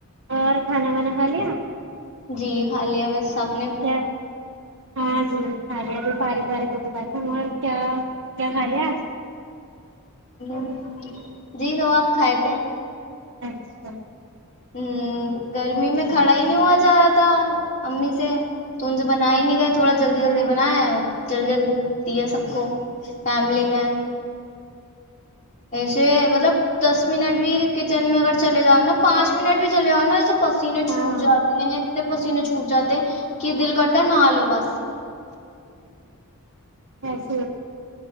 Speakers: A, on the right; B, on the left.
A: اور کھانا وانا کھا ل
B: جی کھا لیا بس سبپ
A: کیا ہاں جی خال ابھی پار باریک و بات س کیا کیا خال آج
B: ہ جی تو وہ آپ کھائے تھے
A: اچھا
B: ہ گرمی میں کھڑا ہی نہیں ہوا جا رہا تھا امی سے تو ان سے بنا ہی نہیں گیا تھوڑا جلدی
A: سب
B: جلدی بنایں چل جلدی دیا سب کو فیملی میں ایسے مطلب دس منٹ بھی کچن میں اگر چلے جاؤ نا پانچ منٹ بھی چلے جاؤ نا ایسے پسینے
A: ہاں
B: چھوٹ جاتے ہیں پسی ن چھوٹ جاتے کہ دل کرتا ہے نھالو بس
A: بس